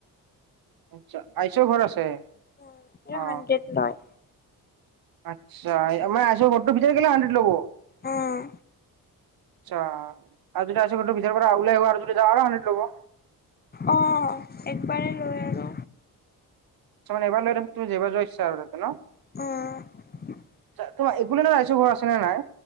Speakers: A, on the right (about 85°); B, on the left (about 30°).
A: আচছা, আইিছৰ ঘৰ আছে।
B: উম,
A: অ
B: হানড্ৰেড লয়।
A: আচ্ছা আমাৰ আছো ঘৰটো ভিতাৰ কেলে হাড্ৰেড ল'ব?
B: উম।
A: আচ্ছা আৰু যদি আইছৰ ঘৰটো ভিতৰ পৰা আ উলাই অহা আৰু যদি যাওঁ আৰু সন্দ্ৰেড ল'ব?
B: অহ, একবাৰেই লৈ আৰু।
A: আচ্ছ মানে এবাৰ লৈ তাছত তুমি জাইবাৰ যোৱা ইচছ আৰু নতে ন'?
B: অ'।
A: তাত তোমা একো লেণ্ডত এইছৰ ঘৰ নে নাই